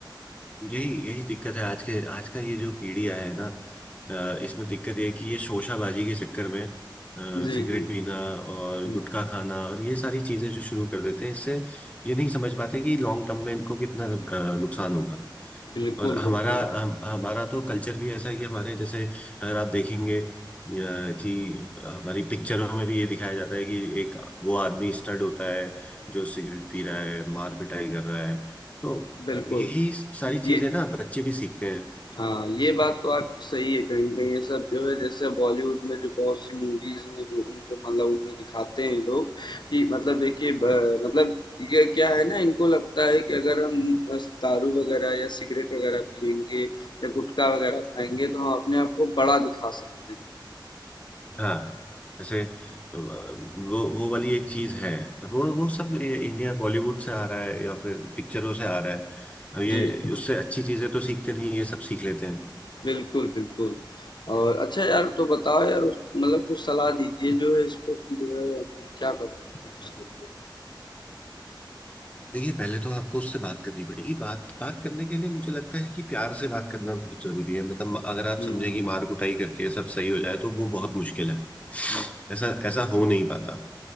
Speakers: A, on the left (about 15°); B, on the left (about 65°).
A: यही यही दिक्कत है आज के आज का ये जो पीढ़ी आया है ना अ, इसमें दिक्कत ये है कि ये शोशाबाजी के चक्कर में अ,
B: जी
A: सिगरेट
B: जी
A: पीना और
B: हम्म,
A: गुटखा खाना और ये सारी चीजें जो शुरू कर देते हैं इससे ये नहीं समझ पाते कि लॉन्ग टर्म में इनको कितना अ, नुकसान होगा
B: बिल्कुल
A: और हमारा
B: बिल्कुल
A: हम, हमारा तो कल्चर भी ऐसा है कि हमारे जैसे अगर आप देखेंगे अ, कि हमारी पिक्चरों में भी ये दिखाया जाता है कि एक वो आदमी स्टड होता है जो सिगरेट पी रहा है मार पिटाई कर रहा है तो
B: बिल्कुल
A: अ, यही सारी
B: ये
A: चीजें ना बच्चे भी सीखते हैं
B: हाँ ये बात तो आपकी सही है कहीं न कहीं ये सब जो है जैसे बॉलीवुड में जो बहुत सी मूवीज़ हैं जो उनको मतलब उनमें दिखाते हैं लोग कि मतलब देखिए ब मतलब ये क्या है ना इनको लगता है कि अगर हम बस दारू वग़ैरह या सिगरेट वग़ैरह पिएँगे या गुटखा वग़ैरह खाएँगे तो हम अपने आप को बड़ा दिखा सकते हैं।
A: हाँ जैसे अ, वो वो वाली एक चीज है और वो वो सब ये इंडिया बॉलीवुड से आ रहा है या फिर पिक्चरों से आ रहा है अब ये
B: जी, जी।
A: उससे अच्छी चीजें तो सीखते नहीं ये सब सीख लेते
B: बिल्कुल, बिल्कुल। और अच्छा यार तो बताओ यार उस मतलब कुछ सलाह दीजिए जो है इस पर कि जो है हम क्या कर सकते हैं उसके लिए?
A: देखिए पहले तो आपको उससे बात करनी पड़ेगी बात बात करने के लिए मुझे लगता है कि प्यार से बात करना बहुत जरूरी है मतलब अगर आप
B: हुँ,
A: समझे कि मार कुटाई करके सब सही हो जाए तो वो बहुत मुश्किल है
B: हुँ।
A: ऐसा ऐसा हो नहीं पाता